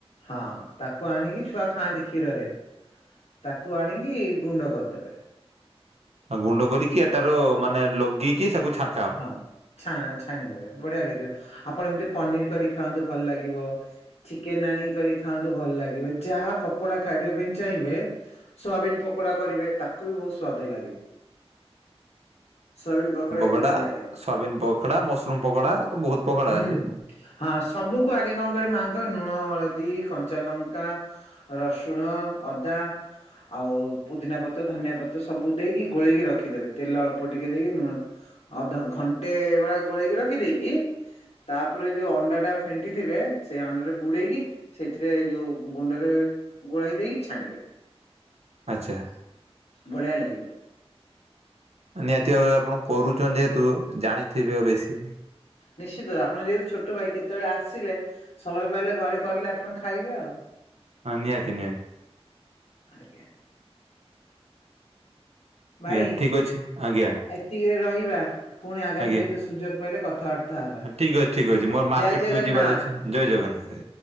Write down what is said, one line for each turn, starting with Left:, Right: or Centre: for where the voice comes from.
Left: ହଁ ତାକୁ ଆଣିକି ଛୁଆ ଖାଆନ୍ତି କ୍ଷୀରରେ। ତାକୁ ଆଣିକି ଗୁଣ୍ଡ କରିଦେବେ।
Right: ଗୁଣ୍ଡ କରିକି ଏଟାର ମାନେ ଲଗେଇକି ତାକୁ ଛା
Left: ହଁ ଛ ଛାଣିଦେବେ ବଢିଆ ଲାଗିବ ଆପଣ ଏମିତି ପନିର କରି ଖାଆନ୍ତୁ ଭଲ ଲାଗିବ। ଚିକେନ ଆଣି କରି ଖାଆନ୍ତୁ ଭଲ ଲାଗିବ। ଯାହା ପକୋଡା ଖାଇବା ପାଇଁ ଚାହିଁବେ ସୋୟାବିନ ପକୋଡା କରିବେ ତାକୁ ବି ବହୁତ ସ୍ଵାଦ ଲାଗେ। ସୋୟାବିନ ପକୋଡା
Right: ପକୋଡା
Left: ବଢିଆ ଲାଗେ।
Right: ସୟାବିନ ପକୋଡା ମସରୁମ ପକୋଡା ଏ ତ ବହୁତ ପକୋଡା
Left: ହୁଁ।
Right: ଅଛି।
Left: ହଁ ସବୁକୁ ଆଗେ କଣ କିବ ମାଆଙ୍କହ ଲୁଣ ହଳଦୀ କଞ୍ଚା ଲଙ୍କା ରସୁଣ ଅଦା ଆଉ ପୁଦିନା ପତ୍ର ଧନିଆ ପତ୍ର ସବୁ ଦେଇକି ଗୋଳେଇକି ରଖିଦେବେ ତେଲ ଅଳ୍ପ ଟିକେ ଦେଇକି ଅଧ ଘଣ୍ଟେ ଭଳି ଗୋଳେଇକି ରଖିଦେଇକି ତାପରେ ଯୋଉ ଅଣ୍ଡା ଟା ଫେଣ୍ଟି ଥିବେ ସେଇ ଅଣ୍ଡାରେ ବୁଡେଇକି ସେଇଥିରେ ଯୋଉ ଗୁଣ୍ଡରେ ଗୋଳେଇ ଦେଇକି ଛାଣିବେ।
Right: ଆଚ୍ଛା।
Left: ବଢିଆ ଲାଗିବ।
Right: ନିହାତି ଆପଣ କରୁଛନ୍ତି ଯେହେତୁ ଜାଣିଥିବେ ଆଉ ବେଶୀ
Left: ନିଶ୍ଚିତ ଆପଣ ଯେହେତୁ ଛୋଟ ଭାଇ କେତେବେଳେ ଆସିଲେ ସମୟ ପାଇଲେ ଘରେ କଲେ ଆପଣ ଖାଇବେ ଆଉ।
Right: ହଁ ନିହାତି ନିହାତି।
Left: ଆଜ୍ଞା। ଭାଇ
Right: ଆଜ୍ଞା ଠିକ ଅଛି ଆଜ୍ଞା।
Left: ଏତିକିରେ ରହିବା ପୁଣି ଆଗାମୀ
Right: ଆଜ୍ଞା
Left: କେତେ ସୁଯୋଗ ପାଇଲେ କଥାବାର୍ତ୍ତା ହବା
Right: ଠିକ୍ ଅଛି ଠିକ ଅଛି ମୋର ମାର୍କେଟକୁ
Left: ଜୟ ଜଗନ୍ନାଥ।
Right: ଯିବାର ଅଛି ଜୟ ଜଗନ୍ନାଥ।